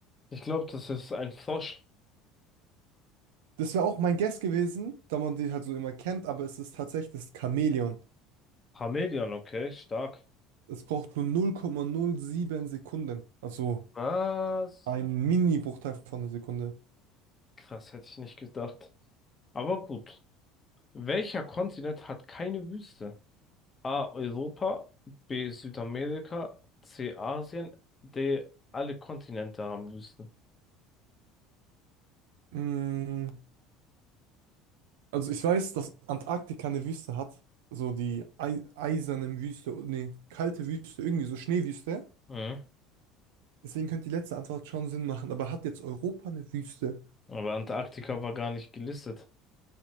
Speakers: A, on the left; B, on the right.
A: Ich glaube, das ist ein Frosch.
B: Das wäre auch mein Guess gewesen, da man die halt so immer kennt, aber es ist tatsächlich das Chamäleon.
A: Chamäleon, okay, stark.
B: Es braucht nur 0,07 Sekunden. Also
A: Was?
B: ein Mini-Bruchteil von einer Sekunde.
A: Krass, hätte ich nicht gedacht. Aber gut. Welcher Kontinent hat keine Wüste? A. Europa, B. Südamerika, C. Asien, D. Alle Kontinente haben Wüsten.
B: Mm, Also ich weiß, dass Antarktika eine Wüste hat. So die ei eiserne Wüste, nee, kalte Wüste, irgendwie so Schneewüste.
A: Mhm.
B: Deswegen könnte die letzte Antwort schon Sinn machen, aber hat jetzt Europa eine Wüste?
A: Aber Antarktika war gar nicht gelistet.